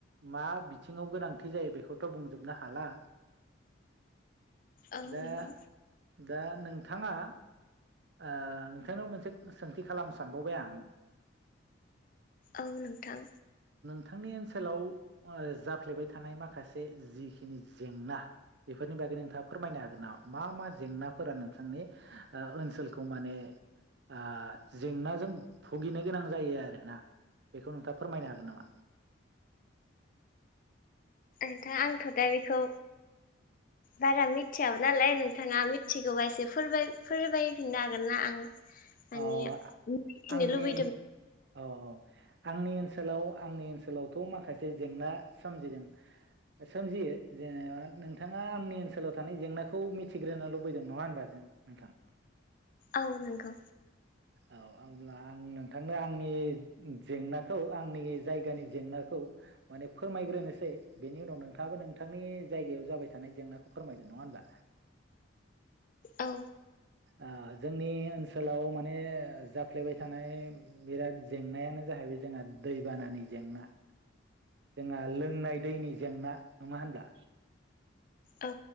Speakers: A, on the right; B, on the left.
A: मा बिथिङाव गोनांथि जायो बेखौथ बुंजोबनो हाला
B: औ
A: दा
B: नंगौ
A: दा नोंथाङा ओ नोंथांनाव मोनसे सोंथि खालामनो सानबावबाय आं
B: औ नोंथां।
A: थांनि ओनसोलाव ओ जाफ्लेबाय थानाय माखासे जिखिनि जेंना बेफोरनि बागै नोंथाङा फोरमायनो हागोन नामा मा मा जेंनाफोरा नोंथांनि ओन ओनसोलखौ माने ओ जेंनाजों भुगिनो गोनां जायो आरो ना बेखौ नोंथाङा फोरमायनो हागोन नामा।
B: नोंथां आंथ दा बेखौ बारा मिथियाबो नालाय नोंथाङा मिथिगौबा एसे फोरमाय फोरमायफिननो हागोन ना आं माने
A: अ
B: मिथिनो
A: आंनि
B: लुबैदों
A: अ अ आंनि ओनसोलाव आंनि ओनसोलावथ माखासे जेंना सोमजिदों सोमजियो जेनेबा नोंथाङा आंनि ओनसोलाव थानाय जेंनाखौ मिथिग्रोनो लुबैदों नङा होनबा जों नोंथां।
B: औ नंगौ।
A: औ अब्ला आं नोंथांनो आंनि जेंनाखौ आंनि जायगानि जेंनाखौ माने फोरमायग्रोनोसै बेनि उनाव नोंथाङाबो नोंथांनि जायगायाव जाबाय थानाय जेंनाखौ फोरमायदो नङा होमबा।
B: औ।
A: ओ जोंनि ओनसोलाव माने जाफ्लेबाय थानाय बिराद जेंनायानो जाहैबाय जोंहा दैबानानि जेंना। <unintelligible> लोंनाय दैनि जेंना। नङा होनब्ला।
B: औ